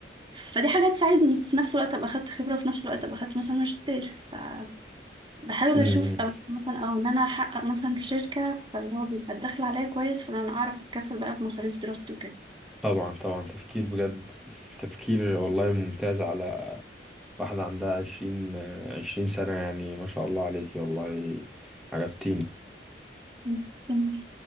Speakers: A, on the right; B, in the centre.
A: فدي حاجة تساعدني في نفس الوقت ابقى اخدت خبرة وفي نفس الوقت ابقى اخدت مثلا ماجستير فبحاول اشوف
B: امم
A: او مثلا او ان انا احقق مثلا في شركة فاللي هو بيبقى الدخل عليا كويس فانا اعرف اتكفل بقى بمصاريف دراستي وكده
B: طبعا طبعا تفكير بجد تفكير والله ممتاز على واحده عندها عشرين عشرين سنه يعني ما شاء الله عليكي والله عجبتيني
A: ممكن.